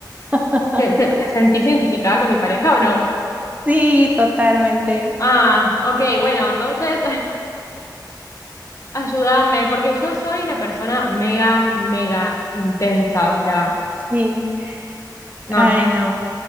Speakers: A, on the right; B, on the left.
A: <laughs>
B: ¿Te, te, te sentís identificada con mi pareja o no?
A: Sí, totalmente.
B: Ah, ok, bueno, entonces <laughs> ayúdame, porque yo soy una persona mega, mega intensa, o sea,
A: Sí.
B: no,
A: Ay, no.